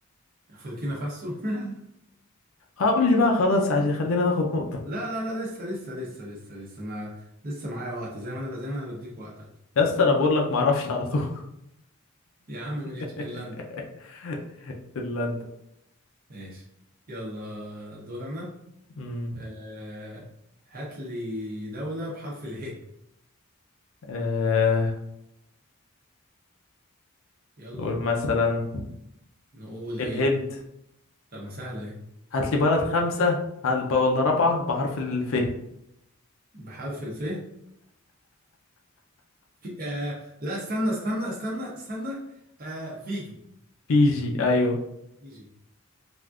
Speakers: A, on the right; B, on the left.
A: وبوركينا فاسو <laughs>
B: اه قول لي بقى خلاص عشان خلينا ناخد نقطة
A: لا لا لا لسه لسه لسه لسه لسه انا لسه معايا وقت زي ما انا ب- زي ما انا بديك وقتك
B: يا اسطى انا بقول لك ما اعرفش على طول
A: يا عم ماشي
B: <laughs>
A: فنلندا
B: فنلندا
A: ماشي يلا دور انا
B: امم
A: آه. هات لي دولة بحرف اله
B: آه
A: يلا
B: نقول مثلا
A: نقول
B: الهند
A: ايه طب ما سهله ايه
B: هات لي بلد خمسة هات بقى ولا رابعة بحرف الف
A: بحرف الف في... آه... لا استنى استنى استنى استنى آه... فيجي
B: فيجي ايوه
A: فيجي